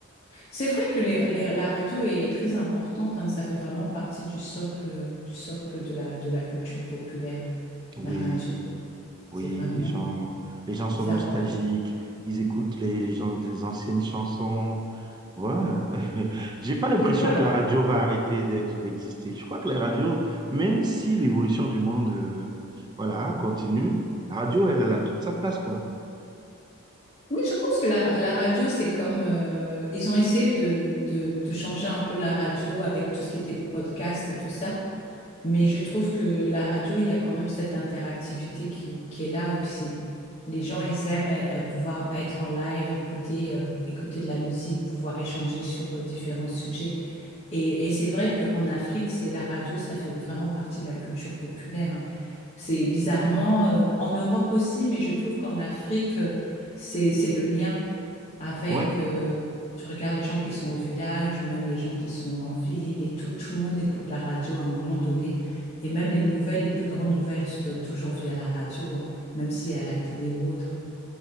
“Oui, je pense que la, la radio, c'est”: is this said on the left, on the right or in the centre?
Left